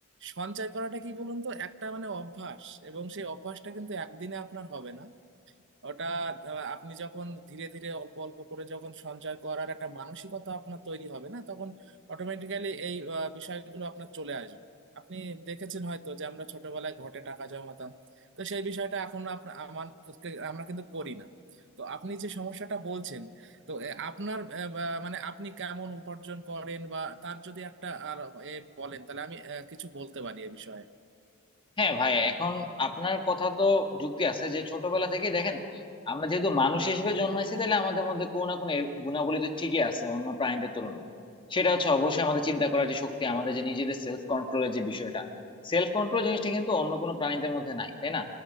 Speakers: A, on the right; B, on the left.
A: সঞ্চয় করাটা কি বলুন তো একটা মানে অভ্যাস এবং সেই অভ্যাসটা কিন্তু একদিনে আপনার হবে না ওটা আহ, আপনি যখন ধীরে ধীরে অল্প অল্প করে যখন সঞ্চয় করার একটা মানসিকতা আপনার তৈরি হবে না তখন অটোমেটিক্যালি এই আহ, বিষয়গুলো আপনার চলে আসবে আপনি দেখেছেন হয়তো যে আমরা ছোটবেলায় ঘটে টাকা জমাতাম তো সেই বিষয়টা এখন আপনা- আমাদেরকে আমরা কিন্তু করি না তো আপনি যে সমস্যাটা বলছেন তো এ, আপনার আহ, বা- মানে আপনি কেমন উপার্জন করেন বা তার যদি একটা আর এ বলেন তাহলে আমি আহ, কিছু বলতে পারি এ বিষয়ে
B: হ্যাঁ ভাই এখন আপনার কথা তো যুক্তি আছে যে ছোটবেলা থেকে দেখেন আমরা যেহেতু মানুষ হিসেবে জন্মাইছি তাহলে আমাদের মধ্যে কোনো না কোনো এ- গুণাবলী তো ঠিকই আছে অন্য প্রাণীদের তুলনায় সেটা হচ্ছে অবশ্যই আমাদের চিন্তা করার যে শক্তি আমাদের যে নিজেদের সেলফ কন্ট্রোলের যে বিষয়টা সেলফ কন্ট্রোল জিনিসটা কিন্তু অন্য কোনো প্রাণীদের মধ্যে নাই তাই না